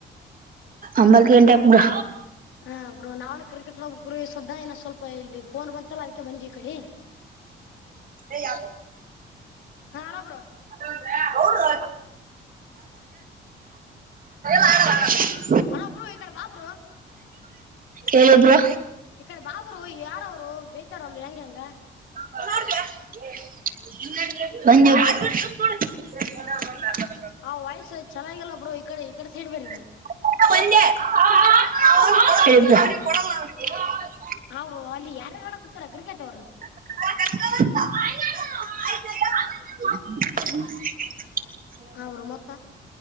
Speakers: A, on the right; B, on the left.
A: ಒಬ್ಬಂತ ಗಂಟೆಕ ಬ್ರೋ
B: ಹಾ ಬ್ರೋ ನಾವ ಕ್ರಿಕೆಟ್ ನ ಗುರು ಸುದ್ದಾ ನ ಸ್ವಲ್ಪ ಇಲ್ಲಿ ಫೋನ್ ಬಂತಲ್ಲ ಅದಕ್ಕೆ ಬಂದಿ ಈ ಕಡೆ.
A: ಸ ಯ
B: ಹಾ ಅಲ್ಲ ಬ್ರೋ
A: <inaudible> ಹೌಲ್ಲ ಆ <inaudible>
B: ಹಲೋ ಬ್ರೋ ಈ ಕಡೆ ಬಾ ಬ್ರೋ
A: ಕೇಳಿದ್ರು
B: ಈ ಕಡೆ ಬಾ ಬ್ರೋ ಯಾರವ್ರು ಬೇತಾರ ಯಂಗ ಅಂಗ <inaudible>
A: <unintelligible>
B: ಆ ವಯ್ಸ ಚೆನ್ನಾಗಿಲ್ಲ ಬ್ರೋ ಕಡೆ ಈ ಕಡೆ ಸೈಡ್ ಬರ್ರಿ ಬನ್
A: <unintelligible> <inaudible>
B: ಅವರು ಅಲ್ಲಿ ಯಾರ ಯಾರ ಆಡಕುತ್ತಾರ್ ಕ್ರಿಕೆಟ್ ತ್ತರ
A: <inaudible>
B: ಅದ್ರ ಮೊತ್ತ